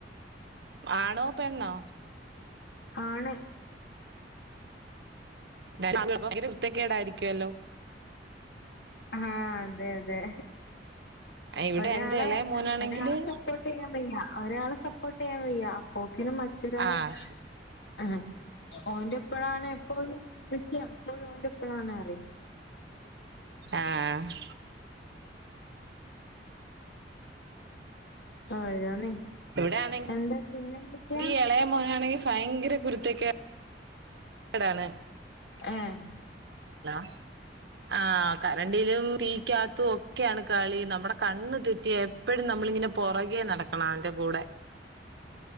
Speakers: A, on the right (about 70°); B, on the left (about 80°).
A: ആണോ പെണ്ണോ
B: ആണ്
A: ഭയങ്കര കുരുത്തക്കേടായിരിക്കുവല്ലോ
B: ആഹ് അതെ അതെ
A: ഇവിടെ
B: ഒരാളെ
A: എന്റെ ഇളയ മോനാണെങ്കില്
B: ഒരാള് സെപ് സപ്പോർട്ട് ചെയ്യാൻ വയ്യാ ഒരാള സപ്പോർട്ട് ചെയ്യാൻ വയ്യ അപ്പോക്കിനും മറ്റൊരാള്
A: ആഹ്
B: ആ ഓന്റെ എപ്പഴാണ് എപ്പോഴും മ്മച്ചി എപ്പോഴും ഓന്റെ എപ്പളാണ് പറിയും
A: ആഹ്
B: ഓരോന്നെ
A: ഇവിടെ ആണെങ്കി
B: എന്താ പിന്നെന്തൊക്കെയാ
A: ഇളയ മോനാണെങ്കിൽ ഭയങ്കര കുരുത്തകേടാ ടാണ്
B: ഏഹ്
A: ലാ ആഹ് കരണ്ടിലും തീക്കാകത്തും ഒക്കെയാണ് കളി നമ്മുടെ കണ്ണ് തെറ്റിയ എപ്പോഴും നമ്മളിങ്ങനെ പുറകെ നടക്കണം അവന്റെ കൂടെ